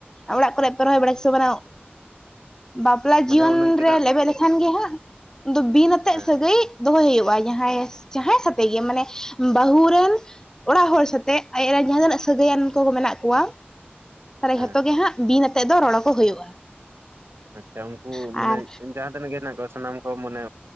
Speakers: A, on the left; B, on the right.
A: ᱚᱲᱟᱜ ᱠᱚᱨᱮ ᱯᱮ ᱨᱚᱦᱚᱭ ᱵᱟᱲᱟ ᱥᱮ <unintelligible> ᱵᱟᱝᱟ ᱵᱟᱯᱞᱟ
B: ᱢᱟᱱᱮ
A: ᱡᱤᱭᱚᱱ
B: ᱩᱱᱠᱤᱱᱟᱜ
A: ᱨᱮ ᱞᱮᱵᱮᱫ ᱞᱮᱠᱷᱟᱱ ᱜᱮ ᱦᱟᱸᱜ ᱫᱚ ᱵᱤᱱ ᱟᱛᱮᱫ
B: ᱦᱮᱸ
A: ᱥᱟᱹᱜᱟᱹᱭ ᱫᱚᱦᱚᱭ ᱦᱩᱭᱩᱜᱼᱟ ᱡᱟᱦᱟᱸᱭ ᱡᱟᱦᱟᱸᱭ ᱥᱟᱛᱮᱜ ᱜᱮ ᱢᱟᱱᱮ ᱵᱟᱹᱦᱩ ᱨᱮᱱ ᱚᱲᱟᱜ ᱦᱚᱲ ᱥᱟᱛᱮᱜ ᱟᱡ ᱨᱮᱱ ᱡᱟᱦᱟᱸ ᱛᱤᱱᱟᱜ ᱥᱟᱹᱜᱟᱹᱭᱟᱱ ᱠᱚ ᱢᱮᱱᱟᱜ ᱠᱚᱣᱟ ᱛᱟᱦᱚᱞᱮ
B: ᱦᱮᱸ
A: ᱡᱷᱚᱛᱚ ᱜᱮ ᱦᱟᱸᱜ ᱵᱤᱱ ᱟᱛᱮᱮᱫ ᱫᱚ ᱨᱚᱲᱚ ᱠᱚ ᱦᱩᱭᱩᱜᱼᱟ
B: ᱟᱪᱪᱷᱟ ᱩᱱᱠᱩ
A: ᱟᱨ
B: ᱢᱟᱱᱮ ᱡᱟᱦᱟᱸ ᱛᱤᱤᱱ ᱜᱮ ᱦᱮᱱᱟᱜ ᱠᱚᱣᱟ ᱥᱟᱱᱟᱢ ᱠᱚ ᱢᱟᱱᱮ